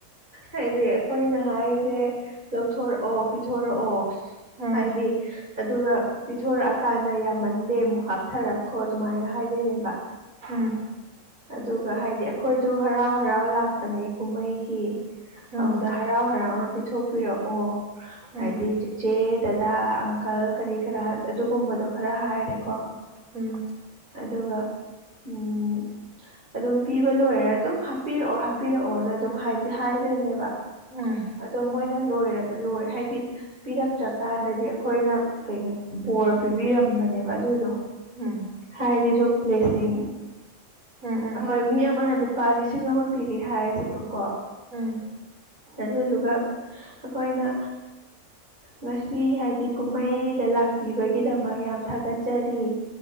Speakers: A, on the right (about 30°); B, on the right (about 65°).
A: ꯍꯥꯏꯗꯤ ꯑꯩꯈꯣꯏꯅ ꯍꯥꯏꯁꯦ ꯂꯧꯊꯣꯔꯛꯑꯣ ꯄꯤꯊꯣꯔꯛꯑꯣ꯫
B: ꯎꯝ
A: ꯍꯥꯏꯗꯤ꯫ ꯑꯗꯨꯒ ꯄꯤꯊꯣꯔꯛꯑꯀꯥꯟꯗ ꯌꯥꯝꯃꯟꯗꯦ ꯑꯃꯨꯛ ꯍꯥꯞꯊꯔꯛꯈꯣ ꯑꯗꯨꯃꯥꯏꯒ ꯍꯥꯏꯗꯣꯏꯅꯦꯕ꯫
B: ꯎꯝ꯫
A: ꯑꯗꯨꯒ ꯍꯥꯏꯗꯤ ꯑꯩꯈꯣꯏꯗꯣ ꯍꯔꯥꯎ ꯍꯔꯥꯎ ꯂꯥꯛꯄꯅꯦ ꯀꯨꯝꯍꯩꯒꯤ꯫
B: ꯎꯝ
A: ꯑꯗꯨꯗ ꯍꯔꯥꯎ ꯍꯔꯥꯎꯅ ꯄꯤꯊꯣꯛꯄꯤꯔꯛꯑꯣ
B: ꯎꯝ
A: ꯍꯥꯏꯗꯤ꯫ ꯏꯆꯦ ꯗꯗꯥ ꯑꯪꯀꯜ ꯀꯔꯤ ꯀꯔꯥ ꯑꯗꯨꯒꯨꯝꯕꯗꯣ ꯈꯔ ꯍꯥꯏꯔꯦꯀꯣ꯫
B: ꯎꯝ꯫
A: ꯑꯗꯨꯒ ꯎꯝ꯫ ꯑꯗꯨꯝ ꯄꯤꯕ ꯂꯣꯏꯔ ꯑꯗꯨꯝ ꯍꯥꯞꯄꯤꯔꯛꯑꯣ ꯍꯥꯞꯄꯤꯔꯛꯑꯣꯅ ꯑꯗꯨꯝ ꯍꯥꯏꯗꯣꯏꯅꯦꯕ꯫
B: ꯎꯝ
A: ꯑꯗꯣ ꯃꯣꯏꯅ ꯂꯣꯏꯔ ꯂꯣꯏ ꯍꯥꯏꯗꯤ꯫ ꯄꯤꯔꯛꯇ꯭ꯔꯀꯥꯟꯗꯗꯤ ꯑꯩꯈꯣꯏꯅ ꯀꯩꯅꯣ ꯕꯣꯔ ꯄꯤꯕꯤꯔꯝꯕꯅꯦꯕ ꯑꯗꯨꯗꯣ꯫
B: ꯎꯝ꯫
A: ꯍꯥꯏꯕꯁꯨ ꯭ꯂꯤꯁꯤꯡ꯫
B: ꯎꯝ꯫
A: ꯍꯣꯏ ꯃꯤ ꯑꯃꯅ ꯂꯨꯄꯥ ꯂꯤꯁꯤꯡ ꯑꯃ ꯄꯤꯔꯦ ꯍꯥꯏꯁꯦꯕꯀꯣ꯫
B: ꯑꯝ
A: ꯑꯗꯨꯗꯨꯒ ꯑꯩꯈꯣꯏꯅ ꯉꯁꯤ ꯍꯥꯏꯗꯤ ꯀꯨꯝꯍꯩꯗ ꯂꯥꯛꯄꯤꯕꯒꯤꯗꯃꯛ ꯌꯥꯝ ꯊꯥꯒꯠꯆꯔꯤ